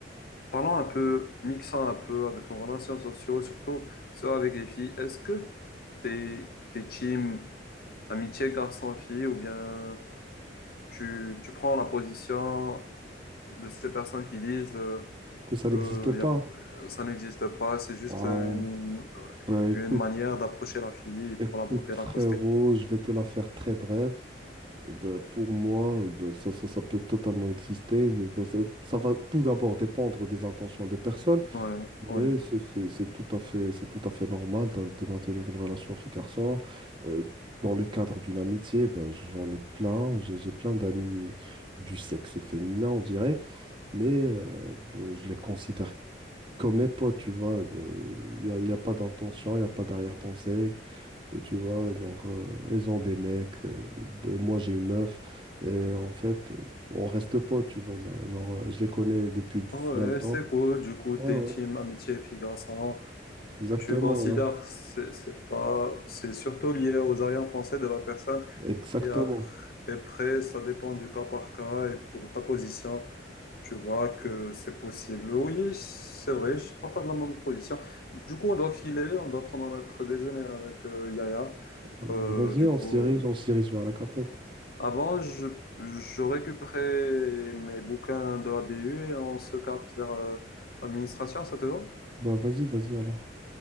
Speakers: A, on the left; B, on the right.
A: parlons un peu, mixant un peu avec nos relations sociaux, surtout ceux avec les filles. Est-ce que t'es, t'es team amitié garçon-fille ou bien tu, tu prends la position de ces personnes qui disent... euh,
B: Que ça n'existe
A: Euh,
B: pas.
A: y a- euh, ça n'existe pas, c'est juste
B: Ouais.
A: euh, une, euh,
B: Bah écoute,
A: une manière d'approcher la fille
B: écoute
A: pour l'aborder,
B: frérot,
A: l'accoster.
B: je vais te la faire très brève. Bah, pour moi, bah, ça, ça, ça peut totalement exister. Ça, ça- ça va tout d'abord dépendre des intentions des personnes.
A: Ouais,
B: Mais
A: ouais.
B: c'est c'est- c'est tout à fait, c'est tout à fait normal de, de maintenir une relation fille-garçon. Euh, dans le cadre d'une amitié, ben, j'en ai plein. J'ai j'ai plein d'amis du sexe féminin, on dirait, mais euh, ben, je les considère comme mes potes, tu vois. Bah, Il n'y a, y a pas d'intention, il n'y a pas d'arrière-pensée. euh, Tu vois, donc, euh, elles ont des mecs, euh, ben, moi j'ai une meuf, et en fait, euh, on reste potes, tu vois. Genre, euh, je les connais depuis
A: Ah Ouais,
B: là le Ouais. temps.
A: c'est cool. Du coup,
B: Ouais,
A: t'es team
B: ouais,
A: amitié fille-garçon.
B: exactement,
A: Tu considères,
B: ouais.
A: c'est c'est pas, c'est surtout lié aux arrière-pensées de la personne.
B: Exactement.
A: Et après, après, ça dépend du cas par cas. Et pour ta position, tu vois que c'est possible. Oui, c'est vrai, je partage la même position. Du coup, on doit filer, on doit prendre notre déjeuner avec euh, Yaya.
B: Bah,
A: Euh,
B: vas-y,
A: du
B: on
A: coup,
B: se dirige,
A: euh,
B: on se dirige vers la cafette.
A: avant, je, je récupérais mes bouquins de ABU et on se capte vers euh, l'administration, ça te va?
B: Bah vas-y, vas-y alors.